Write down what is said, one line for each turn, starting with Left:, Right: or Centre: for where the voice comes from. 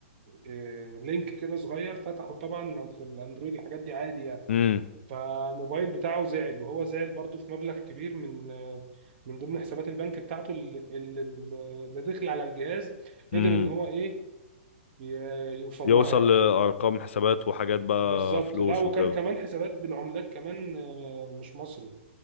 Right: آه، لينك كده صغير فتحه طبعا في الاندرويد الحاجات دي عادي يعني.
Left: امم
Right: فالموبايل بتاعه زعل وهو زعل برضه في مبلغ كبير من من ضمن حسابات البنك بتاعته اللي, اللي اللي داخل على الجهاز
Left: امم
Right: قدر ان هو ايه ي- يوصل
Left: يوصل
Right: لها يعني
Left: لارقام حسابات وحاجات بقى
Right: بالظبط
Left: فلوس
Right: لا وكان
Left: وكده
Right: كمان حسابات بالعملات كمان آه، مش مصري